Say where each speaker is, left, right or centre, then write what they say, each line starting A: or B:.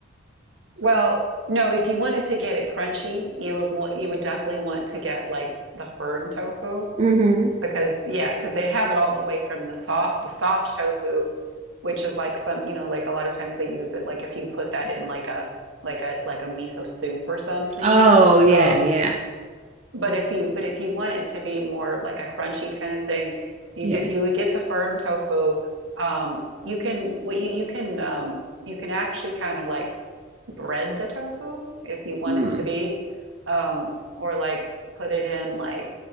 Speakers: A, on the right (about 85°); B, on the right (about 35°).
A: Well, no, if you wanted to get it crunchy, you would want you would definitely want to get like the firm tofu
B: Mm-hmm.
A: because yeah, because they have it all the way from the soft, the soft tofu, which is like some, you know, like a lot of times they use it like if you put that in like a like a like a miso soup or something.
B: Oh, yeah,
A: Um,
B: yeah,
A: but if you but if you want it to be more of like a crunchy kind of thing, you
B: yeah.
A: get you would get the firm tofu. Um, you can what you you can um, you can actually kind of like bread the tofu if you want
B: Hmm.
A: it to be, um, or like put it in like